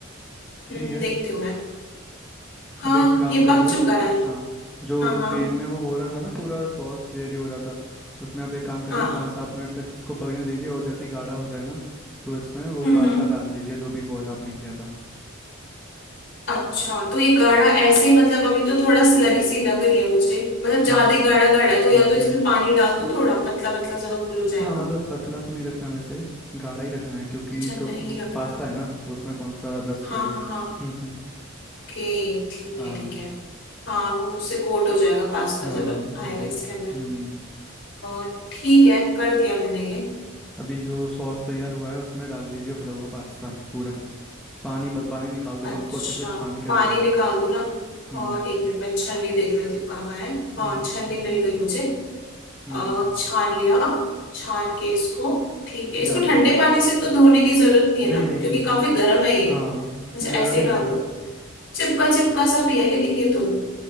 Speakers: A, on the left; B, in the centre.
A: हम्म
B: ठीक है
A: देखती हूँ मैं हाँ
B: अब एक काम
A: ये
B: करिए
A: पक चुका है
B: हाँ जो
A: हाँ हाँ
B: पेन में वो हो रहा था ना पूरा सॉस रेडी हो रहा था उसमें आप एक काम करिए
A: हाँ
B: पाँच सात मिनट तक उसको पकने दीजिए और जैसे ही गाढ़ा हो जाए ना तो इसमें वो
A: हम्म
B: पास्ता
A: हम्म।
B: डाल दीजिए जो भी बॉईल आपने किया था
A: अच्छा तो ये गाढ़ा ऐसे ही मतलब अभी तो थोड़ा स्लरी सी लग रही है मुझे मतलब
B: हाँ
A: ज्यादा ही गाढ़ा गाढ़ा है तो या
B: ओके
A: तो इसमें पानी डाल दो थोड़ा पतला पतला सा घोल हो जाएगा
B: हाँ मतलब पतला तो नहीं रखना वैसे गाढ़ा ही रखना है क्योंकि
A: अच्छा
B: तो
A: नहीं
B: वो
A: रखना
B: पास्ता है ना तो उसमें कौन सा रस
A: हाँ
B: चाहिए
A: हाँ
B: <laughs>
A: हाँ
B: हम्म, हम्म,
A: ओके ठीक
B: हाँ
A: है ठीक है हाँ वो उससे कोट हो जाएगा पास्ता
B: हाँ
A: जब आएगा
B: वही
A: इसके अंदर
B: हम्म
A: अ, ठीक है कर दिया मैंने ये
B: अभी जो सॉस तैयार हुआ है उसमें डाल दीजिए उबला हुआ पास्ता पूरा पानी मत पानी निकाल देना
A: अच्छा
B: उसको अच्छे से छान के
A: पानी
B: डालना
A: निकाल दूं ना
B: हम्म
A: और एक मिनट मैं छन्नी देख लेती हूँ कहाँ है
B: हम्म
A: हाँ छन्नी मिल गई मुझे
B: हम्म
A: अ, छान लिया छान के इसको ठीक है इसको
B: डाल
A: ठंडे
B: दो
A: पानी से तो धोने की जरूरत नहीं है
B: नहीं
A: ना
B: नहीं
A: क्योंकि
B: नहीं नहीं
A: काफी गर्म है ये
B: हाँ
A: अच्छा ऐसे
B: गरम ही
A: ही
B: अच्छा
A: डाल दूं
B: है
A: चिपका चिपका सा भी है लेकिन ये तो